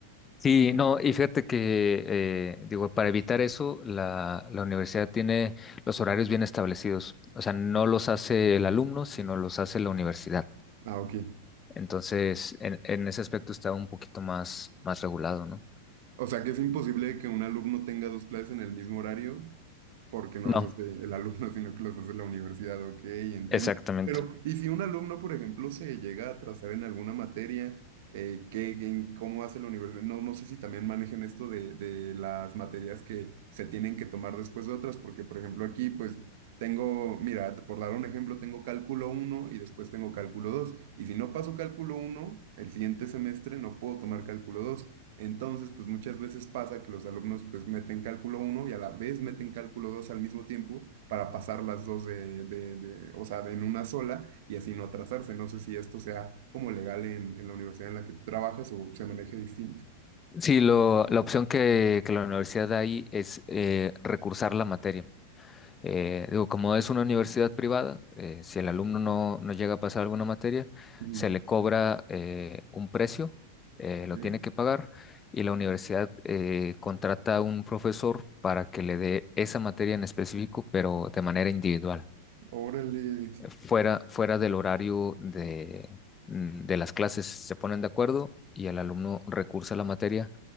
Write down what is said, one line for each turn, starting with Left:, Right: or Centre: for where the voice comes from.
Left: Sí, no, y fíjate que, eh, digo, para evitar eso, la, la universidad tiene los horarios bien establecidos. O sea, no los hace el alumno, sino los hace la universidad.
Right: Ah, ok.
Left: Entonces, en, en ese aspecto está un poquito más, más regulado, ¿no?
Right: O sea, que es imposible que un alumno tenga dos clases en el mismo horario porque no
Left: No,
Right: los hace el <laughs> alumno, sino que los hace la universidad, ok, entiendo.
Left: exactamente.
Right: Pero, ¿y si un alumno, por ejemplo, se llega a atrasar en alguna materia, eh, ¿qué, qué- en cómo hace la universidad? No, no sé si también manejen esto de, de las materias que se tienen que tomar después de otras, porque, por ejemplo, aquí, pues, tengo, mira, por dar un ejemplo, tengo cálculo uno y después tengo cálculo 2 y si no paso cálculo uno el siguiente semestre no puedo tomar cálculo dos entonces, pues muchas veces pasa que los alumnos pues meten cálculo uno y a la vez meten cálculo 2 al mismo tiempo para pasar las dos de, de- de- o sea, de en una sola y así no atrasarse. No sé si esto sea como legal en, en la universidad en la que tú trabajas o se maneje distinto.
Left: Sí, lo, la opción que, que la universidad da ahí es eh, recursar la materia. Eh, digo, como es una universidad privada, eh, si el alumno no, no llega a pasar alguna materia,
Right: Ujú.
Left: se le cobra eh, un precio, eh,
Right: Ok.
Left: lo tiene que pagar y la universidad eh, contrata a un profesor para que le dé esa materia en específico, pero de manera individual
Right: Órale,
Left: fuera, fuera del horario de, mm, de las clases. Se ponen de acuerdo y el alumno recursa a la materia,